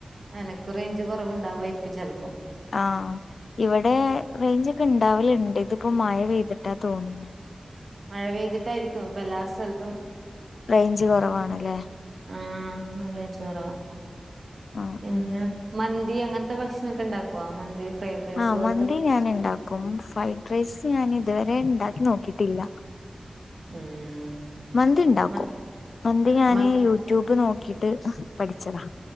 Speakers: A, on the right; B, on the left.
A: എനക്ക് റേഞ്ച് കൊറവുണ്ടാവായിരിക്കും ചെലപ്പോ.
B: ആഹ് ഇവിടെ റേഞ്ച് ഒക്കെ ഇണ്ടാവലുണ്ട് ഇതിപ്പോ മഴ പെയ്തിട്ടാന്ന് തോന്നു
A: മഴ പെയ്തിട്ടായിരിക്കും ഇപ്പൊ എല്ലാ സ്ഥലത്തും
B: റേഞ്ച് കൊറവാണല്ലേ?
A: ആഹ് ഇവിടെ റേഞ്ചു കൊറവാ.
B: ഉം
A: പിന്നെ
B: ഉം
A: മന്തി അങ്ങനത്തെ ഭക്ഷണൊക്കെ ഒണ്ടാക്കുവ മന്തി ഫ്രൈഡ് റൈസ്
B: ആഹ്
A: പോലത്തെ
B: മന്തി ഞാനുണ്ടാക്കും ഫ്രൈഡ് റൈസ് ഞാൻ ഇതുവരെ ഉണ്ടാക്കി നോക്കിയിട്ടില്ല
A: ഉം.
B: മന്തി ഇണ്ടാക്കും
A: മ
B: മന്തി ഞാന്
A: മക്ക
B: യൂട്യൂബ് നോക്കിട്ട് പഠിച്ചതാ.